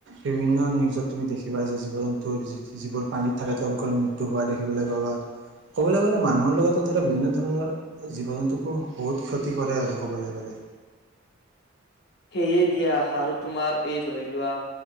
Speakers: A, on the right; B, on the left.
A: বিভিন্ন নিউজত তুমি দেখিবা যে জীৱ জন্তুৰ য যিবোৰ পানীত থাকে তেওঁলোকৰ মৃত্যু হোৱা দেখিবলৈ পোৱা। বা ক'বলৈ গ'লে মানুহৰ লগতে ধৰা বিভিন্ন ধৰণৰ জীৱ জন্তুকো বহুত ক্ষতি কৰে আৰু। ক'বলৈ গ'লে।
B: সেয়ে দিয়া আৰু তোমাৰ এই ধৰি লোৱা।